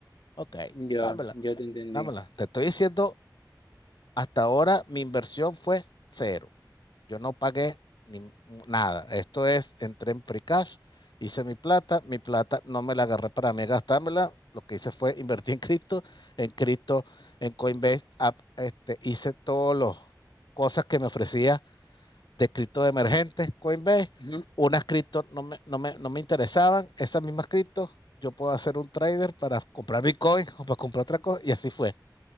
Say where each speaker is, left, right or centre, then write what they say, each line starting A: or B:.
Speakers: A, on the left (about 70°); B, on the left (about 85°).
A: Ok,
B: Ya,
A: dámela,
B: ya te entendí.
A: dámela. Te estoy diciendo, hasta ahora mi inversión fue cero. Yo no pagué ni nada. Esto es, entré en free cash, hice mi plata, mi plata no me la agarré para mí gastármela. Lo que hice fue <laughs> invertir en cripto, en cripto, en Coinbase, app, este, hice todas las cosas que me ofrecía de cripto de emergentes, Coinbase.
B: Ujú,
A: Unas cripto no me, no, me, no me interesaban, esas mismas criptos yo puedo hacer un trader para comprar Bitcoin o para comprar otra cosa, y así fue.